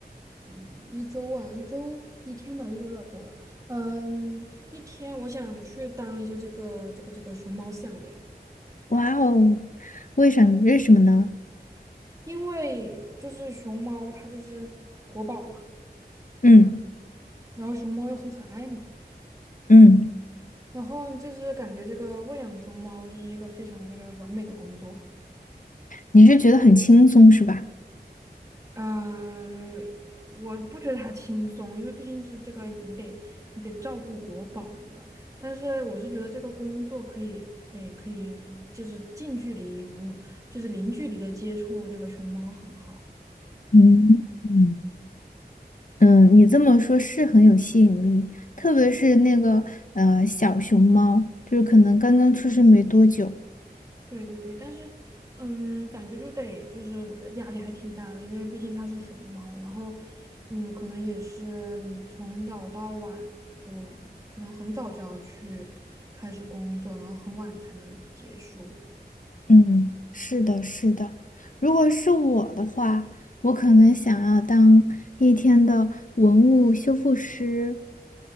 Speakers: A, on the right (about 20°); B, on the left (about 50°).
A: 嗯，一周啊，一周一天吧，一周有点多了。嗯，一天我想去当一下这个这个这个熊猫饲养员，
B: 哇哦，为啥？为什么呢？
A: 因为就是熊猫它就是活宝嘛，
B: 嗯
A: 然后熊猫又很可爱嘛，
B: 嗯，
A: 然后就是感觉这个喂养熊猫就是一个非常这个完美的工作。
B: 你是觉得很轻松是吧？
A: 呃，我不觉得它轻松，因为毕竟是这个，你得你得照顾国宝，对吧？但是我是觉得这个工作可以，哎，可以就是近距离无，就是零距离的接触这个熊猫很好。
B: 嗯嗯。嗯，你这么说是很有吸引力，特别是那个呃小熊猫，就是可能刚刚出生没多久。
A: 对对对，但是嗯，感觉就得就是压力还挺大的，因为毕竟它是熊猫，然后嗯，可能也是你从早到晚就可能很早就要去开始工作，然后很晚才能结束。
B: 嗯，是的，是的。如果是我的话，我可能想要当一天的文物修复师，